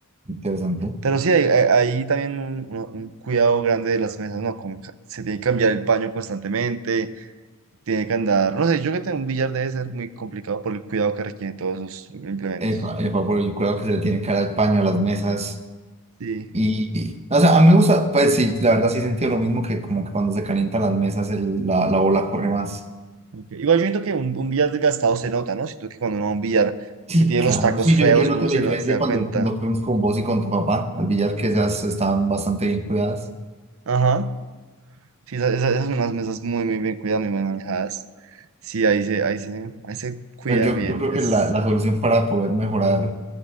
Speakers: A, on the right; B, on the right.
A: Interesante.
B: Pero sí, hay, hay- hay también un, un- un cuidado grande de las mesas, ¿no? Como ca- se tiene que cambiar el paño constantemente, tiene que andar. No sé, yo que tengo un billar debe ser muy complicado por el cuidado que requieren todos esos implementos.
A: Epa, epa, por el cuidado que se le tiene que dar al paño, a las mesas.
B: Sí.
A: Y, y- o sea, a mí me gusta, pues sí, la verdad sí he sentido lo mismo que como que cuando se calientan las mesas el- la, la bola corre más.
B: ok. Igual yo siento que un, un billar desgastado se nota, ¿no? Siento que cuando uno va a un billar
A: Sí,
B: que tiene
A: claro,
B: los tacos
A: no, sí,
B: feos,
A: yo, yo noto
B: uno
A: la
B: se,
A: diferencia
B: da- se da
A: cuando
B: cuenta.
A: nos fuimos con vos y con tu papá al billar, que ellas estaban bastante bien cuidadas.
B: Ajá. Sí, esa- esa- esas son unas mesas muy, muy bien cuidadas, muy bien manejadas. Sí, ahí se, ahí se, ahí se cuida
A: Pero yo,
B: bien.
A: yo creo
B: Es...
A: que la, la solución para poder mejorar